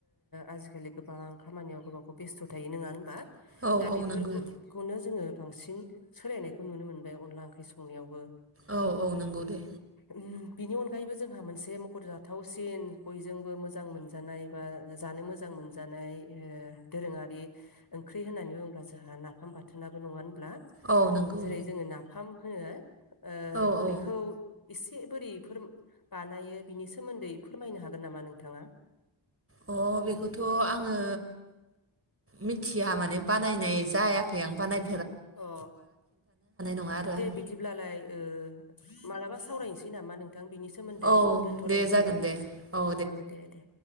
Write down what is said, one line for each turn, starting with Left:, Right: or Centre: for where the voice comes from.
Left: आजिखालि गोबां खामानियाव गावबागाव बेस्थ' थायो नोङा होनबा
Right: औ
Left: दा
Right: औ
Left: बेफोरखौ
Right: नंगौ
Left: नो बांसिन सोलायनायखौ नुनो मोनबाय अनला ओंख्रि संनायावबो
Right: औ औ नंगौ दे
Left: उम बिनि अनगायैबो जोंहा मोनसे मखर जाथावसिन बयजोंबो मोजां मोनजानाय बा जानो मोजां मोनजानाय ओ दोरोङारि ओंख्रि होननानै बुङोब्ला जोंहा नाफाम बाथ थोनाबो नङा होनब्ला
Right: औ नंगौ
Left: जेरै जोङो नाफाम होनो ओ
Right: औ औ
Left: बिखौ इस एसे बोरैफोर बानायो बिनि सोमोन्दै फोरमायनो हागोन नामा नोंथाङा
Right: अ बेखौथ' आङो मिथिया माने बानायनाय जायाखै आं बानाय
Left: अ
Right: नङा आरो आं
Left: दे बिदिब्लालाय ओ मालाबा सावरायनोसै नामा नोंथां बिनि सोमोन्दै
Right: औ
Left: दोनथ'लायनोसै
Right: दे जागोन दे औ
Left: ओ दे दे